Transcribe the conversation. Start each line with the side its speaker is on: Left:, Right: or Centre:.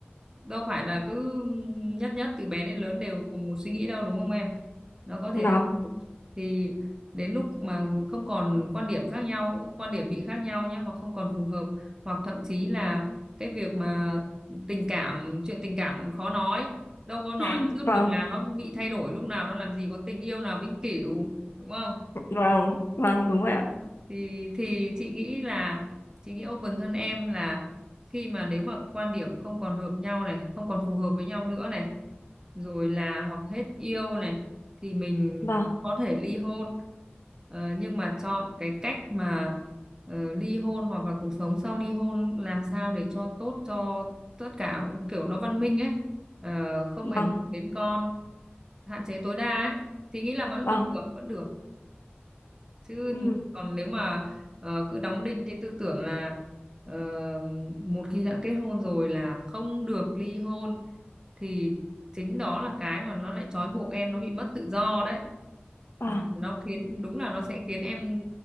Right: Đâu phải là cứ nhất nhất từ bé đến lớn đều cùng một suy nghĩ đâu đúng không em? Nó có thể
Left: vâng
Right: thay đổi. Thì đến lúc mà không còn quan điểm khác nhau, quan điểm bị khác nhau nhé hoặc không còn phù hợp hoặc thậm chí là cái việc mà tình cảm chuyện tình cảm khó nói đâu có nói
Left: vâng
Right: trước
Left: vâng
Right: được là nó bị thay đổi lúc nào đâu làm gì có tình yêu nào vĩnh cửu đúng không
Left: vâng vâng, đúng rồi ạ
Right: thì thì chị nghĩ là chị nghĩ open hơn em là khi mà nếu mà quan điểm không còn hợp nhau này không còn phù hợp với nhau nữa này rồi là hoặc hết yêu này thì mình
Left: vâng
Right: có thể ly hôn Ờ, nhưng mà chọn cái cách mà ờ, ly hôn hoặc là cuộc sống sau ly hôn làm sao để cho tốt cho tất cả nó kiểu nó văn minh ấy Ờ, không
Left: vâng
Right: ảnh hưởng đến con hạn chế tối đa ấy thì nghĩ là vẫn
Left: vâng
Right: vẫn được vẫn được chứ
Left: ừ
Right: còn nếu mà ờ, cứ đóng đinh cái tư tưởng là ờ, một khi đã kết hôn rồi là không được ly hôn thì chính đó là cái mà nó lại trói buộc em nó bị mất tự do đấy
Left: ờ
Right: và nó khiến đúng là nó sẽ khiến em